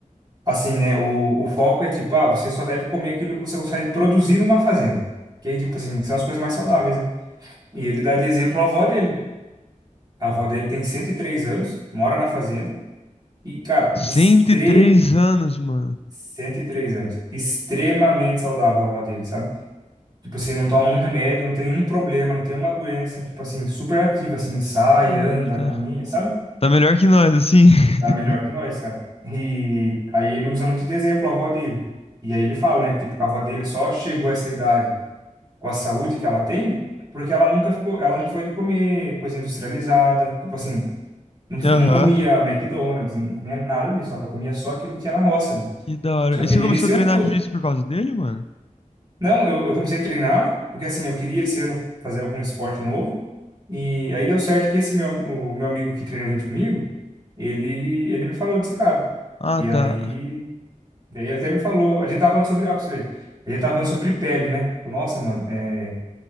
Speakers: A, on the right; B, on the left.
A: assim, né? O, o foco é tipo, ah, você só deve comer aquilo que você consegue produzir numa fazenda. Que aí, tipo assim, são as coisas mais saudáveis, né? E ele dá de exemplo a avó dele. A avó dele tem 103 anos, mora na fazenda e, cara,
B: cento
A: extre...
B: e três anos, mano.
A: 103 anos. Extremamente saudável a avó dele, sabe? Tipo assim, não toma um remédio, não tem um problema, não tem uma doença. Tipo assim, super ativa, assim, sai,
B: Ah,
A: anda,
B: tá.
A: caminha, sabe?
B: Tá melhor que nós, assim. <laughs>
A: Tá melhor que nós, cara. E aí ele usa muito de exemplo a avó dele. E aí ele fala, né? Tipo, que a avó dele só chegou a essa idade com a saúde que ela tem, porque ela nunca ficou, ela não foi de comer coisa industrializada. Tipo assim, Não,
B: Aham.
A: não comia McDonald's, não comia nada disso. Ela comia só aquilo que tinha na roça ali.
B: Que da hora.
A: Só que
B: E você
A: ali
B: começou
A: eles tinham
B: a treinar
A: tudo.
B: jiu-jitsu por causa dele, mano?
A: Não, eu, eu comecei a treinar, porque assim, eu queria esse ano fazer algum esporte novo. E aí deu certo que esse meu, o meu amigo que treina junto comigo, ele, ele me falou desse cara.
B: Ah,
A: E
B: tá.
A: aí, daí ele até me falou, a gente tava falando sobre, ah, pra você ver, a gente tava falando sobre pele, né? Falou, Nossa, mano, é,